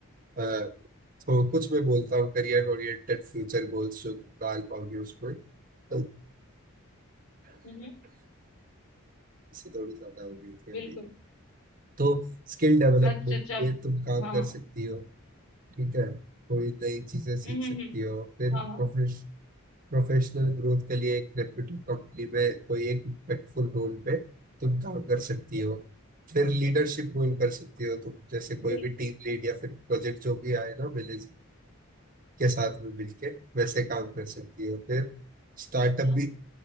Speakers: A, on the right (about 40°); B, on the left (about 70°).
A: अ, तो कुछ मैं बोलता हूँ करियर ओरिएंटेड फ्यूचर गोल्स जो तुम डाल पाओगे उसमें तो
B: हम्म, हम्म,
A: इससे थोड़ी ज्यादा हो गई थी अभी
B: बिल्कुल
A: तो स्किल डेवलपमेंट
B: अच्छा अच्छा
A: पे तुम काम
B: हाँ
A: कर
B: हाँ
A: सकती हो ठीक है कोई नई चीजें सीख
B: हम्म हम्म
A: सकती
B: हम्म,
A: हो फिर
B: हाँ हाँ
A: प्रोफेश, प्रोफेशनल ग्रोथ के लिए एक रेप्यूटेड कंपनी में कोई एक इम्पैक्टफुल रोल पे तुम काम कर सकती हो फिर लीडरशिप रोल कर सकती हो तुम जैसे कोई
B: बिल्कुल
A: भी टीम लीड या फिर प्रोजेक्ट जो भी आए ना विलेज के साथ में मिलके वैसे काम कर सकती हो फिर स्टार्टअप
B: हाँ
A: भी